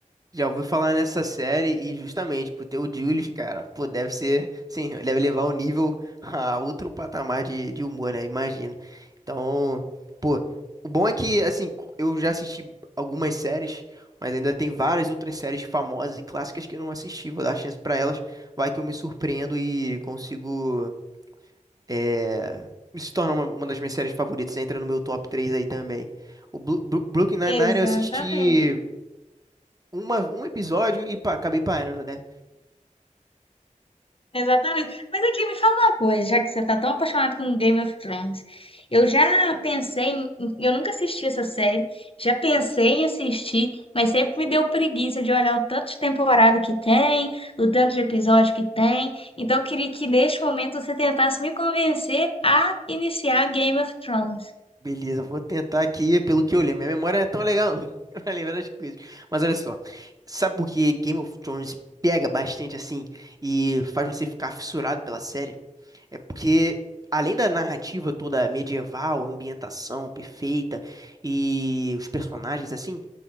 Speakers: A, on the right; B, on the left.
A: Já ouvi falar nessa série e justamente por ter o Julius, cara, pô, deve ser, sim, deve levar o nível <laughs> a outro patamar de, de humor, né? Imagino. Então, pô, o bom é que, assim, eu já assisti algumas séries, mas ainda tem várias outras séries famosas e clássicas que eu não assisti. Vou dar chance pra elas, vai que eu me surpreendo e consigo, é, se tornar uma, uma das minhas séries favoritas. Entra no meu top 3 aí também. O Bru Bru- Brooklyn Nine-Nine
B: Exatamente.
A: eu assisti uma, um episódio e pa- acabei parando, né?
B: Exatamente. Mas aqui me fala uma coisa, já que você tá tão apaixonado com Game of Thrones. Eu já pensei em, eu nunca assisti essa série, já pensei em assistir, mas sempre me deu preguiça de olhar o tanto de temporada que tem, o tanto de episódio que tem. Então eu queria que neste momento você tentasse me convencer a iniciar Game of Thrones.
A: Beleza, vou tentar aqui pelo que eu lembro. Minha memória não é tão legal, não, <laughs> pra lembrar das coisas. Mas olha só, sabe por que Game of Thrones pega bastante assim e faz você ficar fissurado pela série? É porque, além da narrativa toda medieval, ambientação perfeita e os personagens assim,